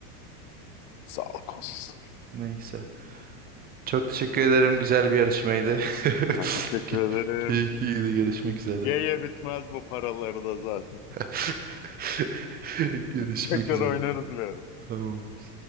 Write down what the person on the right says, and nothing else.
Neyse. Çok teşekkür ederim. Güzel bir yarışmaydı. <laughs>
Key-
Keyifliydi. Görüşmek üzere.
<laughs> Görüşmek
üzere.
Tamam.